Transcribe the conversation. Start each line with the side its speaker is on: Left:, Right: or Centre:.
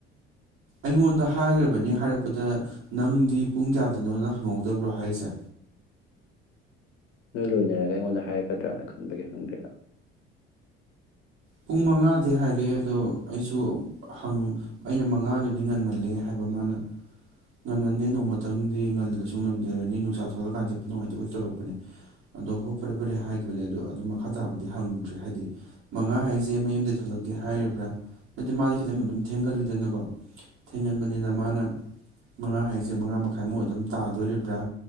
Right: ꯑꯩꯉꯣꯟꯗ ꯍꯥꯏꯈ꯭ꯔꯕꯅꯤ ꯍꯥꯏꯔꯛꯄꯗ ꯅꯪꯗꯤ ꯄꯨꯡ ꯀꯌꯥꯗꯅꯣꯅ ꯍꯪꯍꯧꯗꯕ꯭ꯔꯣ ꯍꯥꯏꯁꯦ
Left: ꯅꯣꯏ ꯂꯣꯏꯅꯔꯒ ꯑꯩꯉꯣꯟꯗ ꯍꯥꯏꯔꯛꯀꯗ꯭ꯔꯅ ꯈꯟꯕꯒꯤ ꯍꯪꯗ꯭ꯔꯦꯅ
Right: ꯄꯨꯡ ꯃꯉꯥꯗꯤ ꯍꯥꯏꯔꯛꯑꯦ ꯑꯗꯣ ꯑꯩꯁꯨ ꯍꯪ ꯑꯩꯅ ꯃꯉꯥꯗꯨꯗꯤ ꯉꯟꯃꯜꯂꯦ ꯍꯥꯏꯕ ꯃꯥꯅ ꯉꯟꯃꯟꯗꯦ ꯅꯣꯡꯃꯇꯪꯗꯤ ꯉꯜꯂꯁꯨ ꯉꯟꯖꯔꯅꯤ ꯅꯨꯡꯁꯥ ꯊꯣꯛꯂꯛꯀꯥꯟ ꯆꯠꯄ ꯅꯨꯡꯉꯥꯏꯇꯦ ꯈꯣꯠꯇꯦ ꯇꯧꯔꯛꯄꯅꯦ ꯑꯗꯣ ꯍꯣ ꯐꯔꯦ ꯐꯔꯦ ꯍꯥꯏꯈꯤꯕꯅꯦ ꯑꯗꯣ ꯑꯗꯨꯝ ꯃꯈꯥ ꯇꯥꯕꯗꯤ ꯍꯪꯉꯨꯗ꯭ꯔꯦ ꯍꯥꯏꯕꯗꯤ ꯃꯉꯥ ꯍꯥꯏꯖꯦ ꯃꯌꯨꯝꯗꯩ ꯊꯣꯛꯂꯛꯀꯦ ꯍꯥꯏꯔꯤꯕ꯭ꯔꯥ ꯅꯠꯇꯦ ꯃꯥꯗꯤ ꯈꯤꯇꯪ ꯑꯗꯨꯝ ꯊꯦꯡꯒꯜꯂꯤꯗꯅꯀꯣ ꯊꯦꯡꯒꯟꯕꯅꯤꯅ ꯃꯥꯅ ꯃꯉꯥ ꯍꯥꯏꯁꯦ ꯃꯉꯥ ꯃꯈꯥꯏꯃꯨꯛ ꯑꯗꯨꯝ ꯇꯥꯗꯣꯔꯤꯕ꯭ꯔꯥ